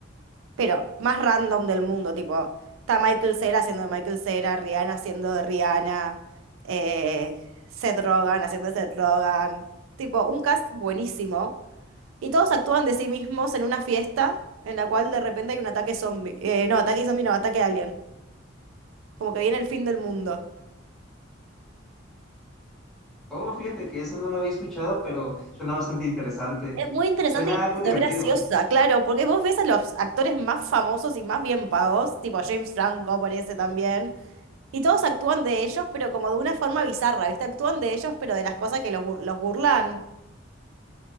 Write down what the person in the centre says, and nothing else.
Oh, fíjate que eso no lo había escuchado, pero suena bastante interesante.
Suena algo
divertido.